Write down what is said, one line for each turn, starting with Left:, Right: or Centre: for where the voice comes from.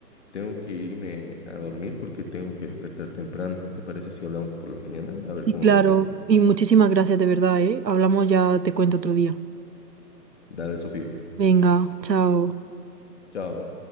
Left: tengo que irme a dormir porque tengo que despertar temprano. ¿Te parece si hablamos por la mañana? A ver
Right: Y
Left: cómo
Right: claro,
Left: te sientes.
Right: y muchísimas gracias de verdad, ¿eh? Hablamos ya, te cuento otro día.
Left: Dale, Sofía.
Right: Venga, chao.
Left: Chao.